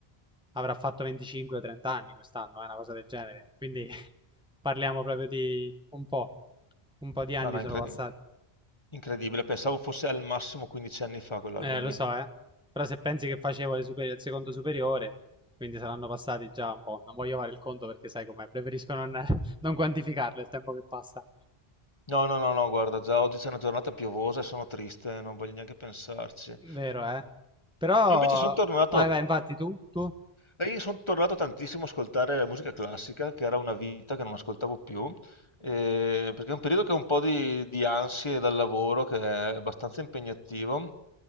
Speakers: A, in the centre; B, on the left (about 30°).
A: avrà fatto 25 o 30 anni quest'anno, è una cosa del genere. Quindi <laughs> parliamo proprio di un po'. Un po' di anni
B: No, no,
A: sono
B: incredi-
A: passati.
B: incredibile. Pensavo fosse al massimo 15 anni fa quell'album
A: Eh, lo
B: lì.
A: so, eh. Però se pensi che facevo le superi- il secondo superiore, quindi saranno passati già un po'. Non voglio fare il conto perché sai com'è, preferisco non <laughs> non quantificarlo il tempo che passa.
B: No, no, no, no, guarda, già oggi c'è una giornata piovosa e sono triste, non voglio neanche pensarci.
A: Vero, eh. Però...
B: Io invece sono tornato,
A: Vai, vai, infatti, tu? Tu?
B: eh, io sono tornato tantissimo a ascoltare la musica classica, che era una vita che non ascoltavo più, eh, perché è un periodo che ho un po' di, di ansie dal lavoro, che è abbastanza impegnativo,